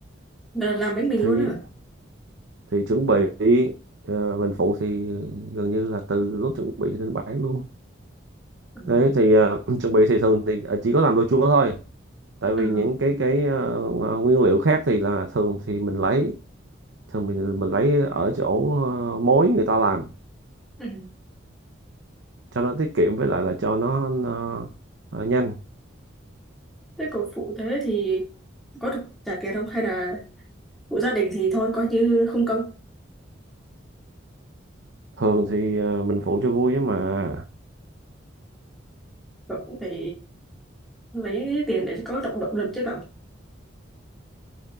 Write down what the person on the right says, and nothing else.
thì
thì chuẩn bị ờ, mình phụ thì gần như là từ lúc chuẩn bị cho đến bán luôn
đấy thì ờ, <clears throat> chuẩn bị thì thường thì ờ, chỉ có làm đồ chua thôi tại vì
những cái cái ờ, nguyên liệu khác thì là thường thì mình lấy thường mình mình lấy ở chỗ ờ, mối người ta làm
cho nó tiết kiệm với lại là cho nó, nó ờ, nhanh
thường thì ờ, mình phụ cho vui chứ mà